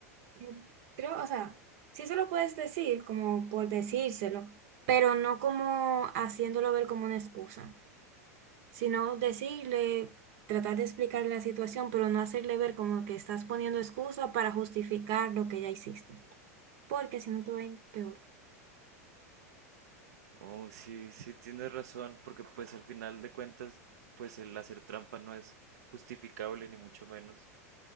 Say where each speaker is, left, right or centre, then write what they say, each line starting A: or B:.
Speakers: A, on the right; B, on the right.
A: Mm, Creo, o sea, sí se lo puedes decir como por decírselo, pero no como haciéndolo ver como una excusa. sino decirle, tratar de explicarle la situación, pero no hacerle ver como que estás poniendo excusa para justificar lo que ya hiciste, porque si no te va a ir peor.
B: Oh, sí, sí, tienes razón, porque pues al final de cuentas, pues el hacer trampa no es justificable ni mucho menos.